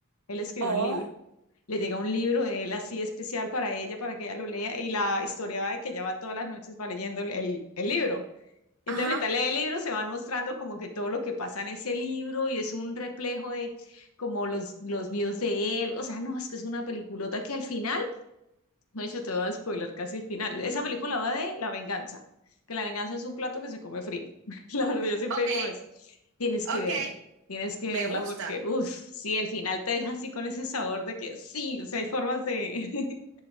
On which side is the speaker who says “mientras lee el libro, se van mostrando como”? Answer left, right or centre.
Left